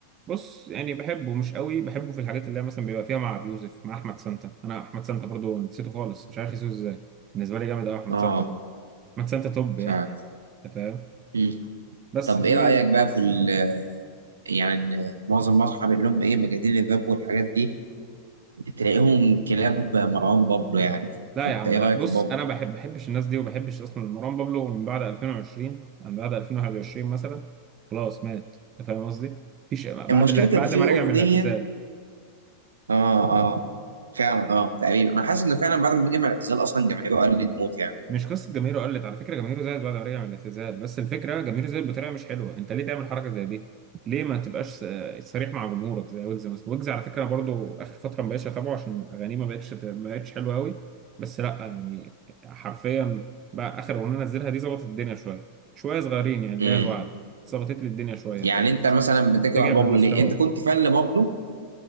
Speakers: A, on the right; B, on the right.
A: بص يعني بحبه مش قوي بحبه في الحاجات اللي هي مثلا بيبقى فيها مع ابي يوسف مع احمد سانتا انا احمد سانتا برضو نسيته خالص مش عارف نسيته ازاي بالنسبه لي جامد قوي احمد
B: اه
A: سانتا برضو احمد سانتا توب
B: فعلا
A: <laughs> يعني انت فاهم
B: مم.
A: بس
B: طب
A: في
B: ايه رايك بقى في ال يعني ال- معظم اصحابي اللي هم ايه مجانين الراب والحاجات دي تلاقيهم كلاب مروان بابلو يعني
A: لا
B: فانت
A: يا عم
B: ايه
A: لا
B: رايك
A: بص
B: في بابلو؟
A: انا بحب بحبش الناس دي وبحبش اصلا مروان بابلو من بعد 2020 من بعد 2021 مثلا خلاص مات انت فاهم قصدي مفيش بعد
B: المشكله
A: ال-
B: كان
A: بعد
B: في
A: ما
B: اغنيه
A: رجع من الاعتزال
B: اه اه فعلا اه تقريبا انا حاسس انه فعلا بعد ما جه مع الاعتزال اصلا جماهيره قلت موت يعني
A: مش قصة جماهيره قلت على فكرة جماهيره زادت بعد ما رجع من الاعتزال بس الفكرة جماهيره زادت بطريقة مش حلوة انت ليه تعمل حركة زي دي؟ ليه ما تبقاش س- صريح مع جمهورك زي ويجز مثلا ويجز على فكرة برضو آخر فترة ما بقتش أتابعه عشان أغانيه ما بقتش ما بقتش حلوة قوي بس لا يعني حرفيا بقى آخر أغنية نزلها دي ظبطت الدنيا شوية شوية صغيرين يعني اللي
B: مم.
A: هي الوعد ظبطت لي الدنيا شوية يعني
B: يعني
A: بقت
B: انت مثلا بتكره
A: رجع
B: بابلو
A: بالمستوى
B: ليه؟ انت كنت فان لبابلو